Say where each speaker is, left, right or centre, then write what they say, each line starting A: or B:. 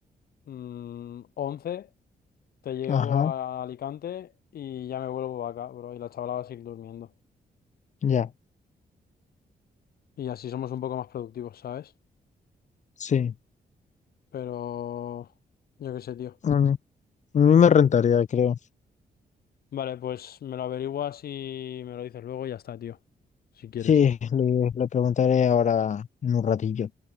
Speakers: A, on the left; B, on the left.
A: mm, once, te llevo
B: Ajá,
A: a Alicante y ya me vuelvo acá, bro, y la chavala va a seguir durmiendo.
B: ya.
A: Y así somos un poco más productivos, ¿sabes?
B: Sí.
A: Pero yo qué sé, tío.
B: Mm, A mí me rentaría, creo.
A: Vale, pues me lo averiguas y me lo dices luego y ya está, tío. Si quieres.
B: Sí, le, le preguntaré ahora en un ratillo.